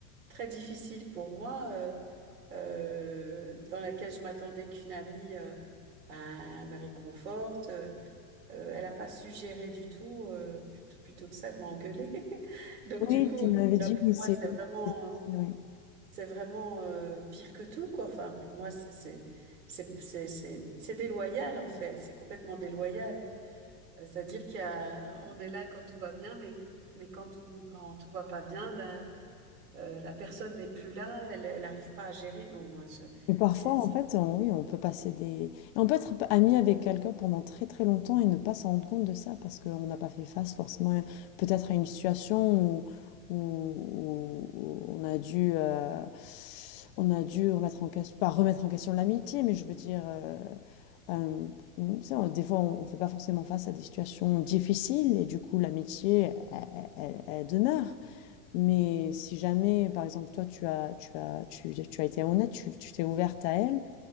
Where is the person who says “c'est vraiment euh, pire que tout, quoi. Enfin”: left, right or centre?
Right